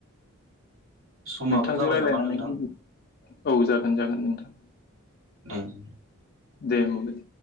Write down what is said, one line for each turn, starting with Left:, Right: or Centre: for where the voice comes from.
Right: समाबो
Left: नोंथांजों
Right: जाबाय
Left: रायज्लायनानै
Right: नामा नोंथां?
Left: <unintelligible> औ जागोन जागोन नोंथां।
Right: उम
Left: दे मोगोन।